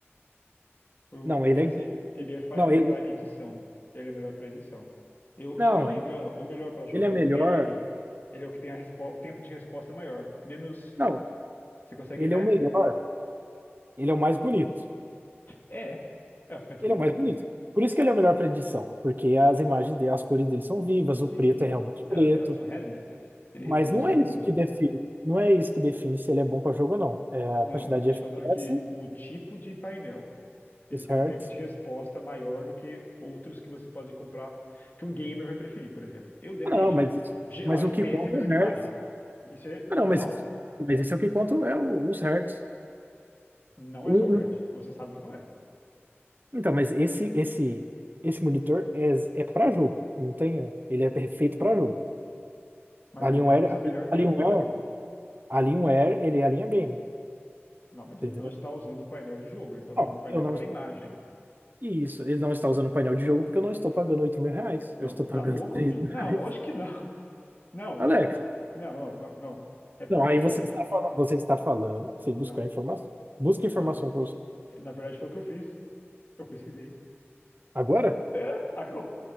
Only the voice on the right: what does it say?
não,
ele é. game.
Não,
ele,
não,
ele
ele é
melhor.
Não,
ele
é o melhor. Ele é o mais bonito.
Ele
é o mais bonito. Por isso que ele é o melhor para edição. Porque as imagens dele, as cores dele são vivas, o
preto é realmente
preto.
Mas
não
é isso
que define. Não é isso que define se ele é bom para jogo ou não. É
a quantidade
de
FPS,
os
hertz.
Ah, Não, mas, isso-
mas
o que conta
é o
hertz.
Ah, não,
mas, isso- mas esse é o que conto é o- os hertz.
Um-
um-
Então, mas esse esse esse monitor é, é para jogo, não tem, ó. ele é feito para jogo.
Alienware,
Alienware,
Alienware, ele é a linha gamer,
tá
entendeu?
Não,
eu não,
isso, ele não está usando o painel de jogo porque eu não estou pagando oito mil reais,
eu estou pagando
<laughs> três
mil
reais.
Alex,
não, aí você está falando, você está falando sem
buscar informação. Busca informação
para você.
Agora?